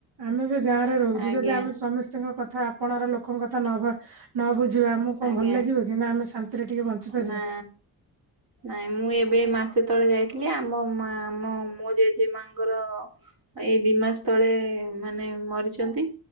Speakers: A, on the right; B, on the right.
A: ଆମେ ବି ଗାଁ ରେ ରହୁଛୁ
B: ଆଜ୍ଞା
A: ଯଦି ଆମେ ସମସ୍ତଙ୍କ କଥା ଆପଣାର ଲୋକଙ୍କ କଥା ନ ବା ନ ବୁଝ ଝିବା ଆମକୁ କଣ
B: ଆଜ୍ଞା
A: ଭଲ ଲାଗିବ କି ନା ଆମେ ଶାନ୍ତିରେ ଟିକେ ବଞ୍ଚିପାରିବା।
B: ନା। ନାଇଁ ମୁଁ ଏବେ ଏ ମାସେ ତଳେ ଯାଇ ଥିଲି ଆମ ମା ଆମ ମୋ ଜେଜେ ମାଙ୍କର ଏଇ ଦି ମାସ ତଳେ ମାନେ। ମରିଛନ୍ତି